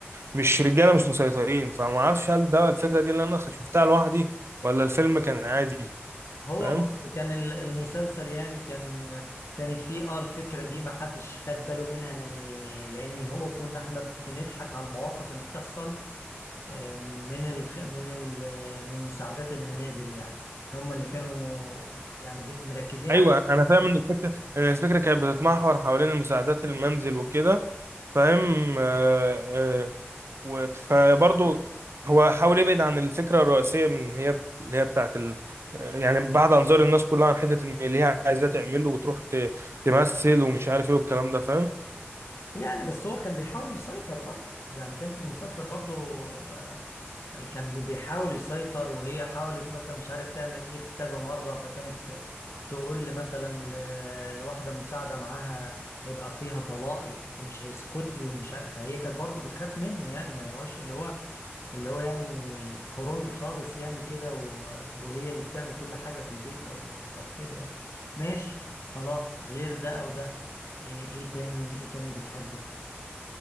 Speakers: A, on the right (about 70°); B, on the left (about 80°).
A: مش رجالة مش مسيطرين فما اعرفش هل ده الفكرة دي اللي انا شفتها لوحدي ولا الفيلم كان عادي
B: هو
A: فاهم
B: بص كان ال- المسلسل يعني كان كانت فيه اه الفكره دي ما حدش خد باله منها يعني لان هو كنا احنا بنضحك على المواقف اللي بتحصل آه، من الخ... من ال... من مساعدات المنازل يعني هم اللي كانوا يعني بي- مركزين
A: ايوه
B: عليه
A: انا فاهم ان الفكره إن الفكره كانت بتتمحور حوالين المساعدات المنزل وكده فاهم آه، آه، و- فبرضه هو حاول يبعد عن الفكره الرئيسيه من اللي هي اللي هي بتاعت ال... يعني بعد انظار الناس كلها عن حته ان اللي هي عايزاه تعمله وتروح ت- تمثل ومش عارف ايه والكلام ده فاهم
B: يعني بس هو كان بيحاول يسيطر برضه يعني كان في المسلسل برضه آه، كان بيحاول يسيطر وهي حاولت مثلا مش عارف تعمل ايه في كذا مرة فكانت تقول لي مثلا ل- لواحدة مساعدة معاها هيبقى فيها طلاقي ومش هيسكت لي ومش عارف فهي كانت برضو بتخاف منه يعني ما هواش اللي هو اللي هو يعني خرنج خالص يعني كده و- وهي اللي بتعمل كل حاجة في البيت او او كده يعني ماشي خلاص غير ده او ده ايه, إيه تاني ايه تاني بتحبه